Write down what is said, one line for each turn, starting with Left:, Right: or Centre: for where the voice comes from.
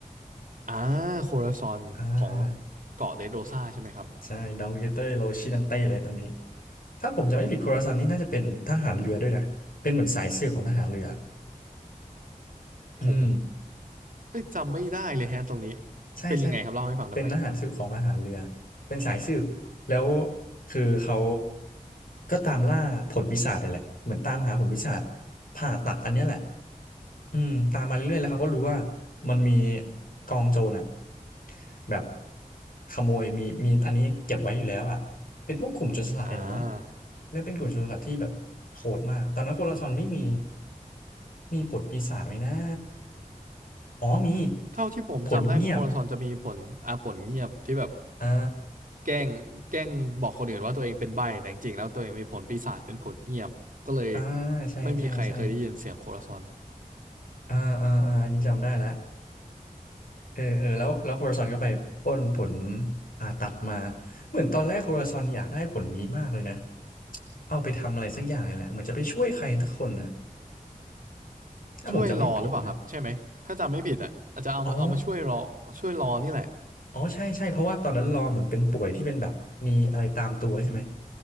Right: อ่าโคราซอนของ
Left: อ่า
Right: เกาะเดโรซาใช่ไหมครับ
Left: ใช่ดองเกเตอร์โรชินังเต้เลยตอนนี้ถ้าผมจำไม่ผิดโคราซอนนี่น่าจะเป็นทหารเรือด้วยนะเป็นเหมือนสายสืบของทหารเรือ
Right: ผม
Left: อืม
Right: เอ้ยจำไม่ได้เลยฮะตรงนี้
Left: ใช่ใช่
Right: เป็นยังไงครับเล่าให้ฟังได้ไหม
Left: เป็นทหารสืบของทหารเรือเป็นสายสืบแล้วคือเขาก็ตามล่าผลปีศาจนี่แหละเหมือนตามหาผลปีศาจผ่าตัดอันเนี้ยแหละอืมตามมาเรื่อยๆแล้วเขาก็รู้ว่ามันมีกองโจรอ่ะแบบขโมยมีมีอันนี้เก็บไว้อยู่แล้วอ่ะเป็นพวกกลุ่มโจรสลัดเนี่ยแหละมั้ง
Right: อ่า
Left: แล้วเป็นกลุ่มโจรสลัดที่แบบโหดมากตอนนั้นโคราชอนไม่มีมีผลปีศาจไหมนะอ๋อมี
Right: เท่าที่ผมจำได้โคราซอนจะมีผลอ่าผลเงียบที่แบบ
Left: ผลเงียบ อ่า
Right: แกล้งแกล้งบอกคนอื่นว่าตัวเองเป็นใบ้แต่จริงๆแล้วตัวเองมีผลปีศาจเป็นผลเงียบก็เลย
Left: อ่าใช่ใช่ใช่
Right: ไม่มีใครเคยได้ยินเสียงโคราซอน
Left: อ่าอ่าอ่าอันนี้จำได้แล้วเออเออแล้วแล้วโคราซอนก็ไปปล้นผลผ่าตัดมาเหมือนตอนแรกโคราซอนอยากได้ผลนี้มากเลยนะเอาไปทำอะไรสักอย่างนี่แหละเหมือนจะไปช่วยใครสักคนน่ะถ้าผมจำไม่ผิดนะ
Right: ช่วยรอหรือเปล่าครับใช่ไหมถ้าจำไม่ผิดอ่ะอาจจะเอามาเอามาช่วยรอช่วยรอนี่แหละ
Left: อ๋ออ๋อใช่ใช่เพราะว่าตอนนั้นรอเหมือนเป็นป่วยที่เป็นแบบมีอะไรตามตัวใช่ไหม